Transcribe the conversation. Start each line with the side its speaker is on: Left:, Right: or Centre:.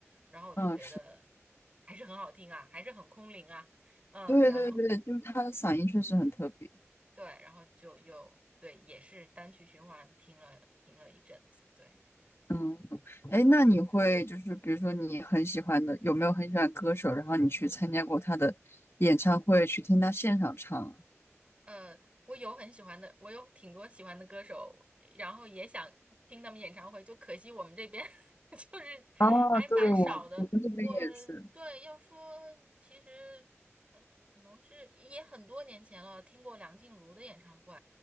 Right: 然后我就觉得
Left: 嗯，是。
Right: 还是很好听啊，还是很空灵啊，嗯，
Left: 对对对，
Right: 然后
Left: 就是他的嗓音确实很特别。
Right: 对，然后就又对，也是单曲循环听了听了一阵子，对。
Left: 嗯，哎，那你会就是比如说你很喜欢的，有没有很喜欢歌手，然后你去参加过他的演唱会，去听他现场唱啊？
Right: 呃，我有很喜欢的，我有挺多喜欢的歌手，然后也想听他们演唱会，就可惜我们这边 <laughs> 就是还蛮少的。
Left: 啊，对，我我们这边也是，
Right: 我对要说，其实呃，可能是也很多年前了，听过梁静茹的演唱会，